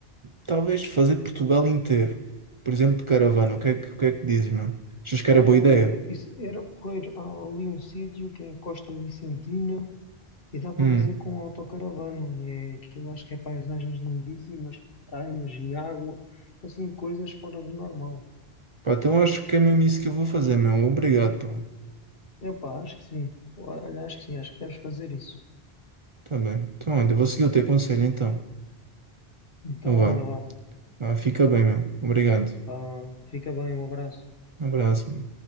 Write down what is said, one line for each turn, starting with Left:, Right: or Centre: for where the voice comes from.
Right: talvez fazer Portugal inteiro. Por exemplo, de caravana. O que é que, o que é que dizes, meu? Achas que
Left: Olha,
Right: era boa ideia?
Left: isso era porreiro. Há ali um sítio que é a Costa Vicentina E dá para
Right: Hum.
Left: fazer com autocaravana. E é aquilo, acho que é paisagens lindíssimas, praias e água, assim, coisas fora do normal.
Right: Pá, então eu acho que é mesmo isso que eu vou fazer, meu. Obrigado, pá.
Left: Epá, acho que sim. Olha, acho que sim, acho que deves fazer isso.
Right: Tá bem. Então, olha, eu vou seguir o teu conselho, então.
Left: Então
Right: Então vá.
Left: anda lá.
Right: Vá, fica bem, meu. Obrigado.
Left: Vá, fica bem, um abraço.
Right: Um abraço, meu.